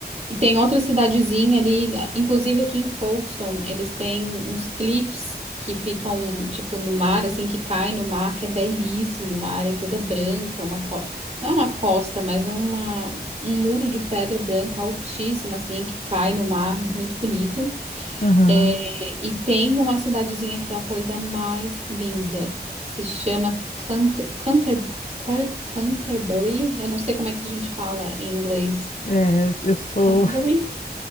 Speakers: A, on the right (about 40°); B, on the left (about 50°).
A: e tem outra cidadezinha ali, né, inclusive aqui em Folkestone, eles têm uns cliffs que ficam, tipo, no mar, assim, que cai no mar, que é belíssimo, uma área toda branca, uma co... não é uma costa, mas é uma, um muro de pedra branco altíssima, assim, que cai no mar, muito bonito.
B: aham.
A: É, e tem uma cidadezinha que é a coisa mais linda, que se chama Canter, Canter, Can- Canterbury. Eu não sei como é que a gente fala em inglês.
B: É, é, eu sou.
A: Canterbury.